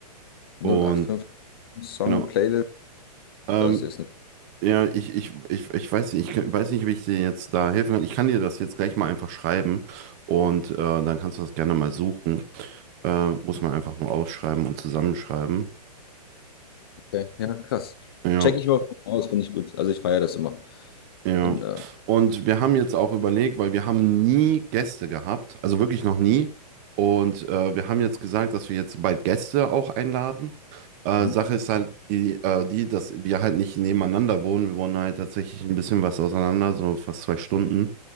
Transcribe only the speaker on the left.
085
Song
Playlist.
Das ist eine,
okay. Ja, krass.
Check ich mal aus, finde ich gut. Also ich feiere das immer.
Wenn, äh,
mhm.